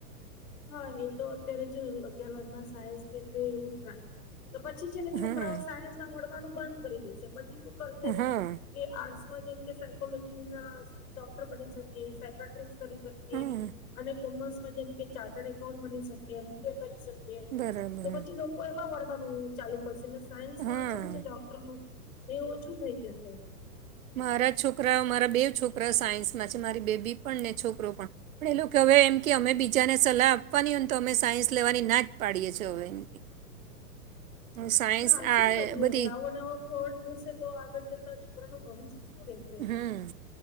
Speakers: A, on the left; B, on the right.
A: હા એ તો અત્યારે જો અગિયાર વાર માં સાયન્સ બે એવું જ થાય તો પછી છે ને છોકરાઓ
B: હા
A: સાયન્સમાં મળવાનું બંધ કરી દેશે પછી શું કરશે
B: હા
A: કે આર્ટસમાં જેમ કે સાયકોલોજી ના ડોક્ટર બની શકે સાયટ્રીસ્ટ કરી શકીએ
B: હા
A: અને કોમર્સમાં જેમ કે ચાર્ટર્ડ એકાઉન્ટ બની શકી એમ બી એ કરી સકીએ
B: બરાબર
A: તો પછી લોકો એમાં વળવાનું ચાલુ કરશે ને સાયન્સ
B: હા
A: છે ને જે ડોક્ટર નું એ ઓછું થઇ જશે
B: મારા છોકરાઓ મારા બે છોકરાઓ સાયન્સમાં છે મારી બેબી પણ ને છોકરો પણ આપ એ લોકો હવે એમ કે અમે બીજાને સલાહ આપવાની હોય તો અમે સાયન્સ લેવાની ના જ પાડીએ છીએ હવે એમ
A: <inaudible>
B: હું સાયન્સ
A: હા શું
B: આ
A: કરીએ
B: બધી
A: હવે આવો નવો ફ્રોડ થશે તો આગળ જતા છોકરા ન ભવિષ્ય શું રેશે
B: હમ્મ